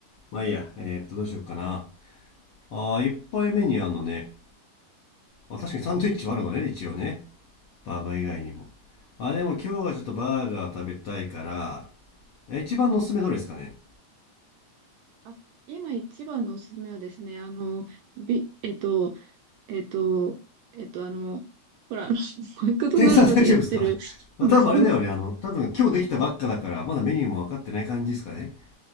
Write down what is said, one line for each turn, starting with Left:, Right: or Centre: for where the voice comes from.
Left: うまあいいやえーっとどうしようかなあーいっぱいメニューあんのねあ確かにサンドイッチもあるのね一応ねバーガー以外にもまあでも今日はちょっとバーガー食べたいからえ一番のおすすめどれですかね
Right: あ、今一番のおすすめはですね、あの、ビ、えっと、えっと、えっと、あの、ほら、あの <laughs> マクドナルドでやってる、
Left: 店員さん <laughs> 大丈夫ですか <laughs>
Right: <laughs>
Left: まあ多分あれだよねあの多分今日できたばっかだからまだメニューも分かってない感じですかね
Right: あのその